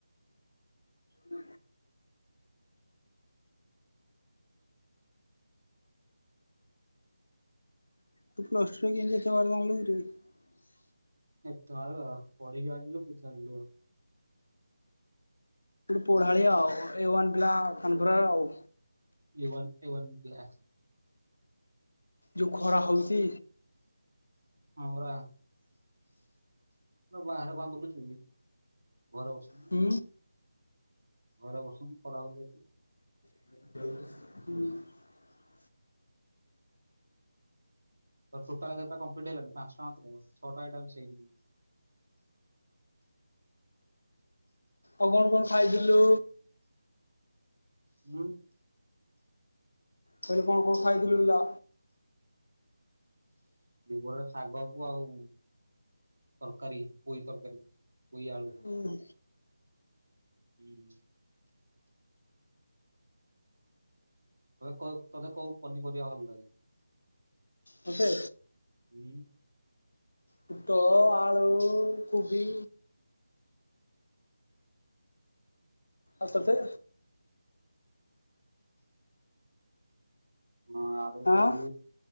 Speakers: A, on the left (about 75°); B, on the right (about 75°).
A: ଆ <unintelligible>
B: <unintelligible>
A: ପଢାଳି ଆଉ ଏ ୱାାନ ପିଲା କାନପୁର ଆଉ
B: ଏ ୱାନ କେ ୱାନ ପିଲା
A: ଯଉ ଖରା ହଉଛି।
B: ହଁରା। ବାହାରେ କଣ ବୁଲୁଛୁ ଘରେ ବସୁନୁ।
A: ହୁଁ
B: ଘରେବସୁନୁ ଖରାହଉଛି ଯଦି।
A: <inaudible>
B: ତ ଟୋଟା କେତା କମ୍ପିଟ ହେଇଲାନି ପାଞ୍ଚଟା ମାତ୍ର ଛଅଟା ଏଇଟା ମିଶେଇ କିରି।
A: ଆଉ କଣ କଣ ଖାଇଥିଲୁ?
B: ଊଁ।
A: କହିଲେ କଣ କଣ ଖାଇଥିଲୁ? ଲା।
B: ଦିପହରେ ଶାଗ କୁ ଆଉ ତରକାରୀ ପୋଇ ତରକାରୀ। ପୋଇ ଆଳୁ
A: ହୁଁ।
B: ହୁଁ। ତ କଉ ତତେ କଉ ପନିପରିବା ଭଲ ଲାଗେ?
A: ମତେ?
B: ହଁୁ
A: ପୁଟଳ ଆଳୁ କୋବି ଆଉ ତତେ?
B: ହଁ ଆଳୁ କୋବି।
A: ଆଁ